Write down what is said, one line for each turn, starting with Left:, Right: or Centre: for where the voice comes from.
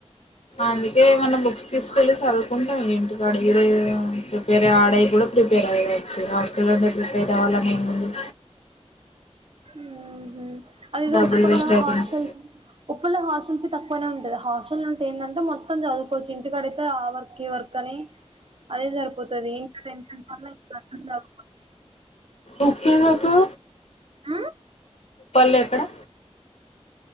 Left: అందుకే ఏమన్నా బుక్స్ తీసుకెళ్ళి చదువుకుంటాం, ఇంటి అడిద ప్రిపేర్ ఆడే కూడా ప్రిపేర్ అయవచ్చు హాస్టల్ లోనే ప్రిపేర్ అవ్వాలని ఏముంది.
Right: ఊహు అదేదో
Left: డబ్బులు
Right: ఉప్పలా
Left: వేస్ట్ అవుతుంది
Right: హాస్టల్ ఉప్పల్ లో హాస్టెల్స్ తక్కువనే ఉంటాయి, హాస్ట అంటే ఏంటంటే మొత్తం చదువుకోవచ్చు ఇంటికడితే ఆ వర్క్ ఈ వర్క్ అని అదే సరిపోతుది ఇంకా టెన్షన్ అన్ని ఇంసదు
Left: ఎక్కడికి ఎక్కడ
Right: ఉమ్
Left: లోపడా